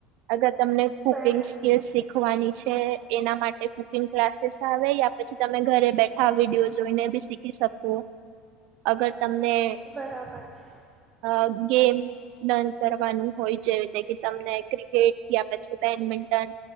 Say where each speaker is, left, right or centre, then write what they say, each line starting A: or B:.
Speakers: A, on the right; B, on the right.
A: અગર તમને કુકિંગ
B: બરાબર
A: સ્કીલ
B: છે
A: શિખ વાની છે એના માટે કુકિંગ ક્લાસીસ આવે યા પછી તમે ઘરે બેઠ ા વિડીયો જોઈને બી શીખી શકું અગર તમને
B: બરાબર છે.
A: અ ગેમ લર્ન કરવાનું હોય જે રીતે કે તમને ક્રિકેટ તયા પછી બેડમિન્ટન